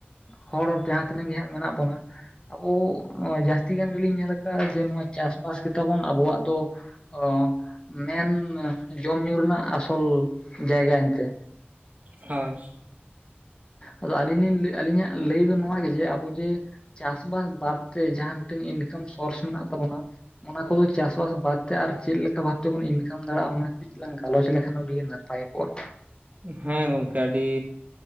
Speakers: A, on the left; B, on the right.
A: ᱦᱚᱲ ᱡᱟᱦᱟᱸ ᱛᱤᱱᱟᱹᱜ ᱜᱮ ᱦᱟᱸᱜ ᱢᱮᱱᱟᱜ ᱵᱚᱱᱟ᱾ ᱟᱵᱚ ᱱᱚᱣᱟ ᱡᱟᱹᱥᱛᱤ ᱜᱟᱱ ᱜᱮᱞᱤᱧ ᱧᱮᱞ ᱟᱠᱟᱜᱼᱟ ᱡᱮ ᱱᱚᱣᱟ ᱪᱟᱥᱼᱵᱟᱥ ᱜᱮᱛᱟᱵᱚᱱ ᱟᱵᱚᱣᱟᱜ ᱫᱚ ᱚ ᱢᱮᱱ ᱢᱮ ᱡᱚᱢ ᱧᱩ ᱨᱮᱱᱟᱜ ᱟᱥᱚᱞ ᱡᱟᱭᱜᱟ ᱮᱱᱛᱮ᱾
B: ᱦᱳᱭ᱾
A: ᱟᱫᱚ ᱟᱹᱞᱤᱧ ᱞᱤᱧ ᱞᱟᱹᱭ ᱟᱹᱞᱤᱧᱟᱜ ᱞᱟᱹᱭ ᱫᱚ ᱱᱚᱣᱟ ᱜᱮ ᱡᱮ ᱟᱵᱚ ᱡᱮ ᱪᱟᱥᱼᱵᱟᱥ ᱵᱟᱫᱛᱮ ᱡᱟᱦᱟᱸ ᱢᱤᱜᱴᱟᱝ ᱤᱱᱠᱟᱢ ᱥᱳᱨᱥ ᱢᱮᱱᱟᱜ ᱛᱟᱵᱚᱱᱟ᱾ ᱚᱱᱟ ᱠᱚᱫᱚ ᱪᱟᱥᱼᱵᱟᱥ ᱵᱟᱫᱛᱮ ᱟᱨ ᱪᱮᱜ ᱞᱮᱠᱟ ᱵᱷᱟᱵ ᱛᱮᱵᱚᱱ ᱤᱱᱠᱟᱢ ᱫᱟᱲᱮᱭᱟᱜᱼᱟ ᱚᱱᱟ ᱠᱟᱹᱡ <unintelligible> ᱞᱟᱝ ᱜᱟᱞᱚᱪ ᱞᱮᱠᱷᱟᱱ ᱟᱹᱰᱤ ᱜᱮ ᱱᱟᱯᱟᱭ ᱠᱚᱜᱼᱟ᱾
B: ᱦᱮᱸ ᱜᱚᱝᱠᱮ ᱟᱹᱰᱤ